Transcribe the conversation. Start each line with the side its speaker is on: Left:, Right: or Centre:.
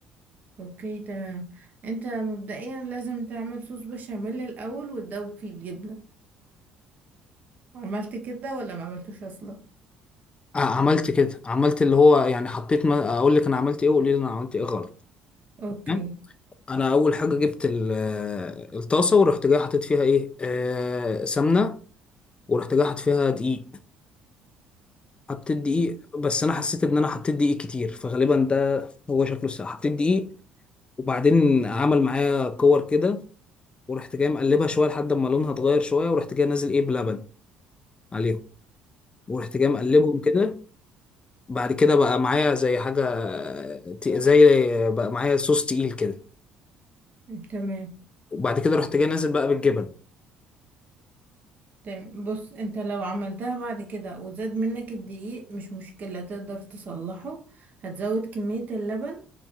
Right: اوكي تمام انت مبدئيا لازم تعمل صوص بشاميل الاول وتدوب فيه الجبنة عملت كده ولا ما عملتوش اصلا؟
Left: آه، عملت كده عملت اللي هو يعني حطيت ما اقول لك انا عملت ايه وقولي لي انا عملت ايه غلط
Right: اوكي
Left: تمام؟ انا اول حاجه جبت ال- آه، الطاسه ورحت جاي حطيت فيها ايه آه، سمنه ورحت جاي حاطط فيها دقيق حطيت دقيق بس انا حسيت ان انا حطيت دقيق كتير فغالبا ده هو شكله الساعه حطيت دقيق وبعدين عمل معايا كور كده ورحت جاي مقلبها شويه لحد ما لونها اتغير شويه ورحت جاي نازل ايه بلبن عليهم ورحت جاي مقلبهم كده بعد كده بقى معايا زي حاجه ت- زي بقى معايا صوص تقيل كده
Right: تمام
Left: وبعد كده رحت جاي نازل بقى بالجبن
Right: تمام بص انت لو عملتها بعد كده وزاد منك الدقيق مش مشكلة تقدر تصلحه هتزود كمية اللبن